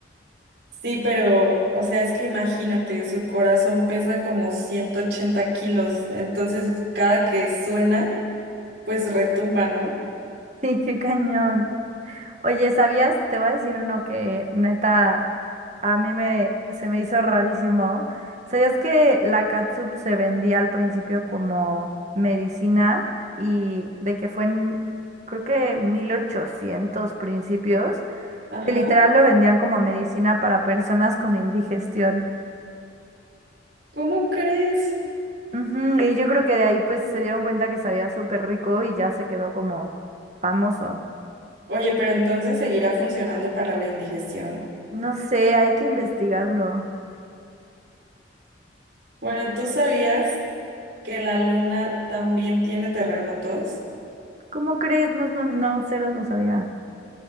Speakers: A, on the right; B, on the right.
A: Sí, pero, o sea, es que imagínate, su corazón pesa como 180 kilos, entonces cada que suena pues retumba, ¿no?
B: Sí, qué cañón. Oye, ¿sabías? Te voy a decir uno que neta a mí me se me hizo rarísimo. ¿Sabías que la catsup se vendía al principio como medicina y de que fue en creo que 1800 principios,
A: Ajá.
B: que literal lo vendían como medicina para personas con indigestión?
A: ¿Cómo crees?
B: Ujú, Y yo creo que de ahí pues se dieron cuenta que sabía súper rico y ya se quedó como famoso.
A: Oye, pero entonces seguirá funcionando para la indigestión.
B: No sé, hay que investigarlo.
A: Bueno, ¿tú sabías que la luna también tiene terremotos?
B: ¿Cómo crees? No, no, no, cero lo sabía.